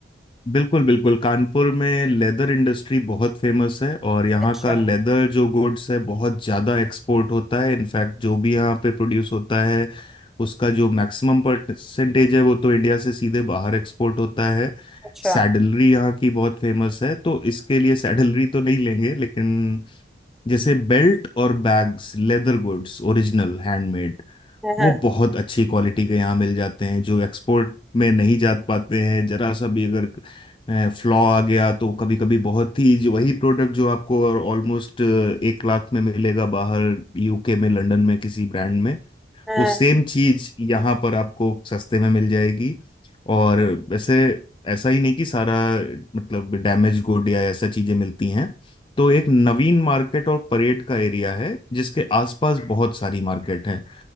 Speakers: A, on the left; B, in the centre.
A: बिल्कुल बिल्कुल कानपुर में लेदर इंडस्ट्री बहुत फेमस है और यहाँ
B: अच्छा
A: का लेदर जो गुड्स है बहुत ज़्यादा एक्सपोर्ट होता है इनफैक्ट जो भी यहाँ पे प्रोड्यूस होता है उसका जो मैक्सिमम परसेंटेज है वो तो इंडिया से सीधे बाहर एक्सपोर्ट होता है
B: अच्छा
A: सैडलरी यहाँ की बहुत फेमस है तो इसके लिए सैडलरी तो नहीं लेंगे लेकिन जैसे बेल्ट और bags leather goods original handmade
B: हाँ
A: वो बहुत अच्छी क्वालिटी के यहाँ मिल जाते हैं जो एक्सपोर्ट में नहीं जा पाते हैं जरा सा भी अगर फ्लॉ आ गया तो कभी कभी बहुत ही जो वही प्रोडक्ट जो आपको ऑलमोस्ट एक लाख में मिलेगा बाहर यूके में लंदन में किसी ब्रांड में
B: हाँ
A: वो सेम चीज यहाँ पर आपको सस्ते में मिल जाएगी और वैसे ऐसा ही नहीं कि सारा मतलब डैमेज गुड या ऐसा चीजें मिलती हैं तो एक नवीन मार्केट और परेड का एरिया है जिसके आसपास बहुत सारी मार्केट है